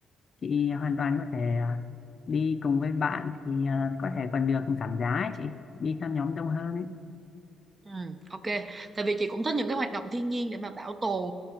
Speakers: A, on the left; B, on the right.
A: chị hoàn toàn có thể à, đi cùng với bạn thì à, có thể còn được giảm giá ấy chị đi theo nhóm đông hơn ấy
B: Ừ, ok. Tại vì chị cũng thích những cái hoạt động thiên nhiên để mà bảo tồn